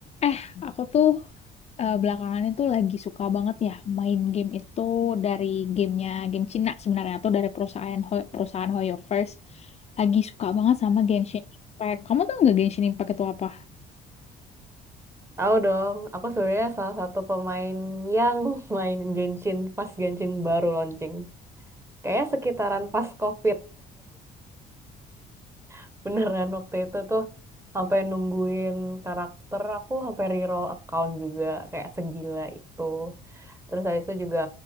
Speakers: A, on the left (about 40°); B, on the right (about 15°).
A: Eh, aku tuh eh, belakangan itu lagi suka banget ya main game itu dari gamenya game Cina sebenarnya atau dari perusahaan Ho- perusahaan Hoyo First. Lagi suka banget sama Genshin Impact. Kamu tau nggak Genshin Impact itu apa?
B: Tahu dong, aku sebenarnya salah satu pemain yang <laughs> main Genshin pas Genshin baru launching. Kayaknya sekitaran pas COVID. <laughs> Beneran waktu itu tuh sampai nungguin karakter, aku sampai reroll account juga kayak segila itu. Terus habis itu juga